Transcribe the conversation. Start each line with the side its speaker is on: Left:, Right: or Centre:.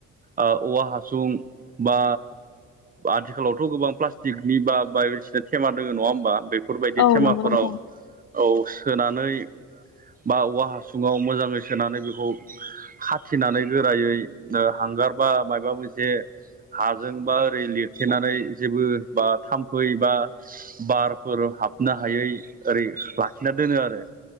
Right: ओ औवा हासुं बा आथिखालावथ' गोबां प्लास्टिकनि बा बायदिसिना थेमा दोङो नङा होमबा बे फोरबायदि
Left: औ
Right: थेमाफोराव
Left: नंगौ नोंथां
Right: औ सोनानै बा औवा हासुङाव मोजाङै सोनानै बेखौ खाथेनानै गोरायै हांगार बा मायबा मोनसे हाजों बा ओरै लिरथेनानै जेबो बा थाम्फै बा बारफोर हाबनो हायै ओरै लाखिना दोनो आरो